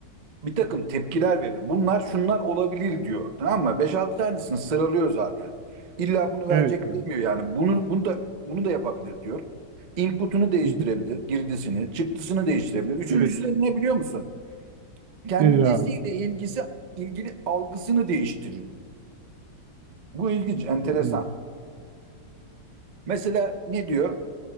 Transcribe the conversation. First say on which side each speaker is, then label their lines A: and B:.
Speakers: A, on the right; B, on the right.
A: bir takım tepkiler verir. Bunlar şunlar olabilir diyor. Tamam mı? 5-6 tanesini sıralıyor zaten. İlla bunu verecek
B: Evet abi.
A: demiyor yani. Bunu, bunu da bunu da yapabilir diyor. Input'unu değiştirebilir,
B: Hı hı.
A: girdisini, çıktısını değiştirebilir. Üçüncüsü
B: Evet.
A: de ne biliyor musun? Kendisiyle
B: Nedir abi?
A: ilgisi ilgili algısını değiştirir. diyor. Bu ilginç, enteresan.
B: Hı
A: Mesela ne diyor?